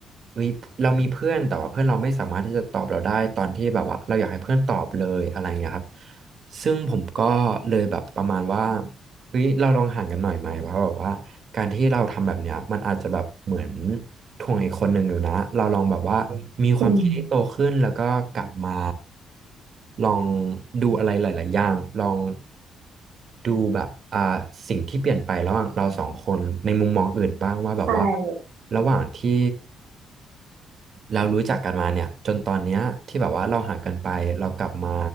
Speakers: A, on the right; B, on the right.
A: เฮ้ยเรามีเพื่อนแต่ว่าเพื่อนเราไม่สามารถที่จะตอบเราได้ตอนที่แบบว่าเราอยากให้เพื่อนตอบเลยอะไรเงี้ยครับ ซึ่งผมก็เลยแบบประมาณว่าเฮ้ยเราลองห่างกันหน่อยไหมเพราะแบบว่าการที่เราทำแบบเนี้ยมันอาจจะแบบเหมือนถ่วงอีกคนหนึ่งอยู่นะเราลองแบบว่ามีความคิดที่โตขึ้นแล้วก็กลับมา
B: อืม
A: ลองดูอะไรหลายๆอย่างลองดูแบบอ่าสิ่งที่เปลี่ยนไประหว่างเราสองคนในมุมมองอื่นบ้างว่าแบบว่า
B: ใช่
A: ระหว่างที่ เรารู้จักกันมาเนี่ยจนตอนเนี้ยที่แบบว่าเราห่างกันไปเรากลับมา